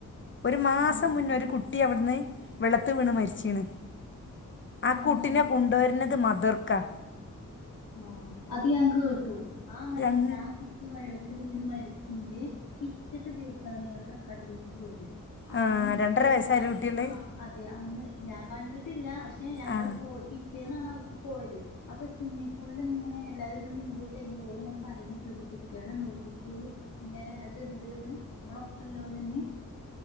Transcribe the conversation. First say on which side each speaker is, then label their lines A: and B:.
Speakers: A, on the left; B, on the left.
A: ഒരു മാസ
B: ആണോ
A: മുന്നേ ഒരു കുട്ടി അവിടുന്ന് വെള്ളത്ത് വീണ് മരിച്ചീണ് ആ
B: ആഹ്
A: കുട്ടിനെ കൊണ്ടുവരുന്നത് മതിര്ക്ക
B: ആ അത് ഞാൻ കേട്ടു ആ മരിച്ച
A: രൺ
B: ആ കുട്ട വെള്ളത്തി ഇന മരിച്ചീന്റെ പിറ്റത്തെ ദിവസമാണ് ഞങ്ങൾ കക്കാടമ്പൂഴീക്ക് പോയത് അന്ന്
A: ആ രണ്ടര
B: ഓര്
A: വയസ്സായ
B: പറയണ
A: ഒരു കുട്ടിയുള്ളത്
B: ആഹ് അതെ അന്ന് ഞാൻ കണ്ടിട്ടില്ല പക്ഷെ ഞങ്ങൾ
A: ആ
B: പോ കപിട്ടേന്നാണ് അവർക്ക് പോയത് അപ്പൊ സിി സ്ൽ ഇങ്ങനെ എല്ലാവാരും നമ്മ ഇന്ത്യ ടൈമിൽ ഓ ഇങ്ങനെ പറയുന്നീ കുട്ടികളെ നോക്കിക്കോളും ഇങ്ങനെ ണ്ട്ന്ന് നമ്മളൊപ്പ എല്ലാം തന്നെ